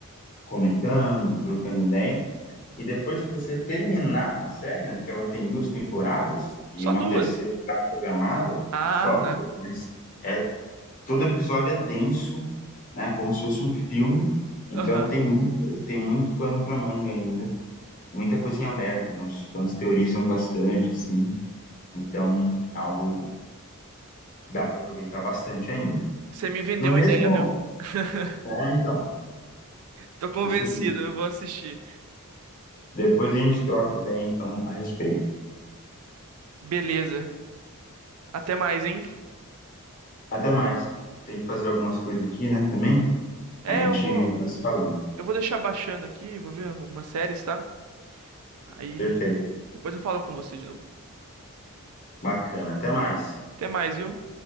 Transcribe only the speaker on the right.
Só
duas.
Ah,
tá.
Aham.
Você me vendeu
a ideia, viu? <laughs>
Tô convencido,
eu vou assistir.
Beleza. Até mais, hein?
É,
eu vou.
Eu vou deixar baixando aqui, vou ver algumas séries, tá? Aí
depois eu falo com você de novo.
Até mais, viu?